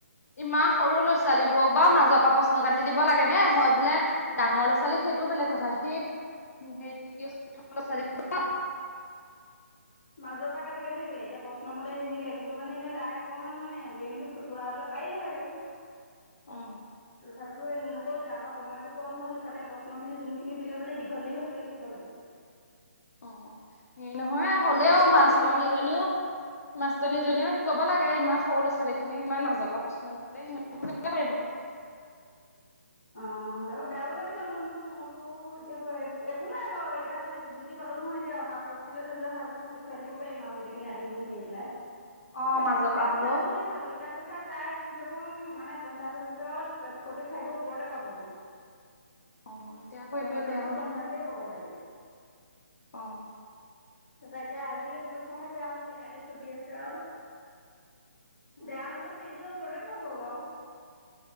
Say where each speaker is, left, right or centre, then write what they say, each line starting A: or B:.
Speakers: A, on the left; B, on the left.
A: ইমান সৰু ল'ৰা ছোৱালীবোৰক বাৰু মাজৰ পৰা প্ৰশ্ন কাটি দিব লাগে নে, হয় বোলে ডাঙৰ লৰা ছোৱালী। সেইটো বেলেগ কথা সেই সেই তৃতীয় চ।
B: উ <unintelligible> মাজৰ পৰা কাটি কাটি দিলে এতিয়া প্ৰশ্নমতে নিদিলে কিন্তু মানে এনেই তাই অকনমান মানে ব্ৰেইনটো খুটোৱা হলে। পাৰিলে হেঁতেন।
A: অ
B: তথাপিতো নকৰিলা আমাৰ সময়তটো কম হ'ল ইফালে প্ৰশ্ন খিনি যোনখিনি দিলে মানে দীঘল দীঘলকে লিখিব লাগে। <unintelligible>
A: অ সেই নহয় হ'লেও
B: তাৰপিছত সেইটো
A: মাষ্টনীজনীও,
B: কাৰণে হেৰি
A: মাষ্টনীজনীও। ক'ব লাগে ইমান সৰু ল' ছোৱালী খিনিক ইমান মাজপৰাপ্ৰশ্ন দিলে সি।
B: অ। তাৰ বেয়াও লাগিছে মনটো মোৰ বোলো এতিয়া একো নাই বাৰু এবাৰ বুজি পালো নহয় এতিয়া অহা। পৰীক্ষা লে ধৰি লও ভালক মই দেখুৱাই দিব পাৰিম আৰু গোটেই খিনি আতি গুৰি মাৰি পেলাই।
A: অ
B: ন বাকী
A: মাজৰ
B: কেইটা
A: পৰা
B: পৰীক্ষা
A: হ'লেও
B: ধুনিয়া হ'ল এইকেইটা পৰীক্ষা। তাই কমচে কম মানে পঞ্চাছ ভিতৰত ফৰ্টি ফাইভৰ ওপৰতে পাব মানে।
A: অ এতিয়া আকৌ এইটোৱে
B: গণিতটো
A: বেয়া
B: পঞ্চাশই পাব লাগে
A: অঁ
B: তাৰপা এতিয়া আজি এইটো পৰীক্ষা বেয়া হ'ল এতিয়া কাইলে ছবি আছে আৰু
A: অ
B: বেয়া হলেও ত্ৰিশ ওপৰতে পাব বাৰু